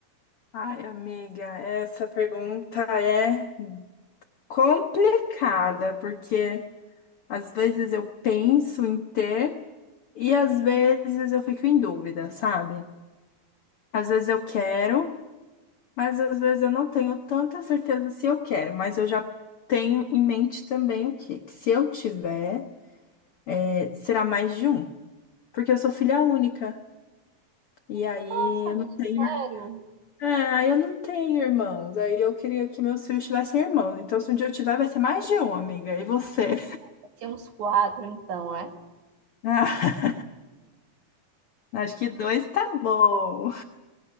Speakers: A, on the left; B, on the right.
A: Ai, amiga, essa pergunta é complicada, porque às vezes eu penso em ter e às vezes eu fico em dúvida, sabe? Às vezes eu quero, mas às vezes eu não tenho tanta certeza se eu quero, mas eu já tenho em mente também o quê? Que se eu tiver, é, será mais de um, porque eu sou filha única. E aí
B: Nossa, amigo,
A: eu não tenho
B: sério?
A: É, aí eu não tenho irmãos. Aí eu queria que meus filhos tivessem irmãos. Então, se um dia eu tiver, vai ser mais de um, amiga. E você?
B: Vai ser uns quatro, então, é?
A: <laughs> Ah, acho que dois tá bom.